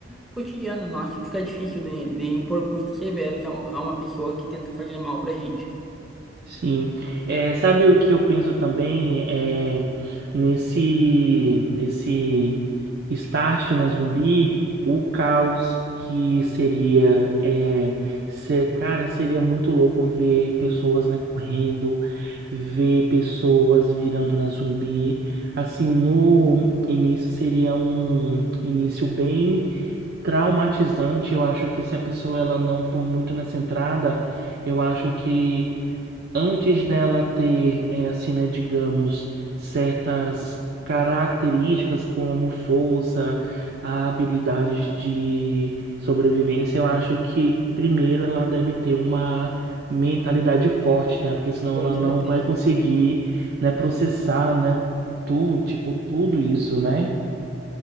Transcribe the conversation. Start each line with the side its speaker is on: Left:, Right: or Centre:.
Centre: cotidiana, nossa, fica difícil de, de impor custos severos a um- a uma pessoa que tenta fazer mal pra gente.
Right: Sim, É, sabe o que eu penso também é nesse nesse start na zumbi, o caos que seria é, se- cara, seria muito louco ver pessoas né, correndo, ver pessoas virando na zumbi. Assim, no início seria um início bem traumatizante. Eu acho que se a pessoa ela não for muito nessa entrada, eu acho que antes dela ter, eh, assim, né, digamos, certas características como força, habilidades de sobrevivência, eu acho que primeiro ela deve ter uma mentalidade forte, né? Porque senão
Centre: Com
Right: ela
Centre: certeza.
Right: não vai conseguir, né, processar, né, tudo, tipo, tudo isso, né?